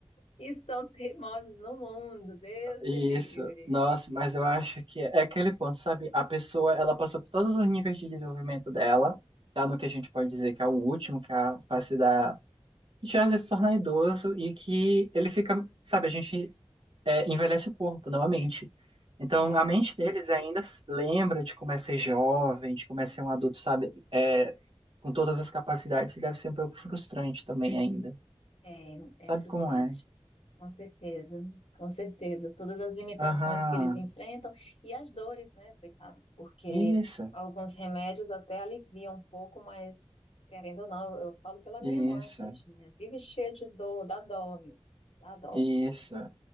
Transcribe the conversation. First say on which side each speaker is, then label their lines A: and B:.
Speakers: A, on the left (about 85°); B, on the right (about 60°).
A: E são teimosos no mundo, Deus
B: Isso,
A: me livre.
B: nossa, mas eu acho que é é aquele ponto, sabe? A pessoa, ela passou por todos os níveis de desenvolvimento dela, tá no que a gente pode dizer que é o último, que é a fase da... Já às vezes se tornar idoso e que ele fica, sabe, a gente é, envelhece o corpo, não a mente. Então,
A: É,
B: a mente deles ainda se lembra de como é ser jovem, de como é ser um adulto, sabe? É, com todas as capacidades, e deve ser um pouco frustrante também ainda.
A: é, é
B: Sabe
A: frustrante.
B: como é?
A: Com certeza, com certeza. Todas as limitações
B: Aham,
A: que eles enfrentam e as dores, né, coitados, porque
B: isso,
A: alguns remédios até aliviam um pouco, mas querendo ou não, eu falo pela minha
B: isso,
A: mãe, tadinha, vive cheia de dor, dá dó, meu, dá dó.
B: isso.